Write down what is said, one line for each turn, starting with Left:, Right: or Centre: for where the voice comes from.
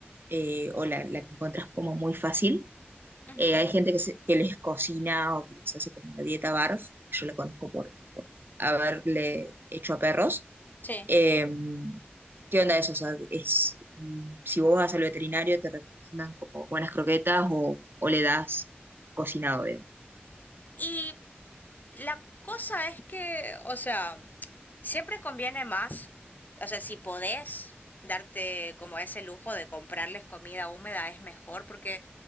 Right: eh, o la, la que encontrás como muy fácil.
Left: Ujú,
Right: Eh, hay gente que, se- que les cocina o que les hace como una dieta barf. Yo la conozco por haberle hecho a perros
Left: Sí.
Right: Eh, ¿qué onda eso? O sea, es, mm, si vos vas al veterinario, te recomiendan como buenas croquetas o, o le das cocinado, digamos.
Left: Y la cosa es que, o sea, siempre conviene más, o sea, si podés darte como ese lujo de comprarles comida húmeda es mejor porque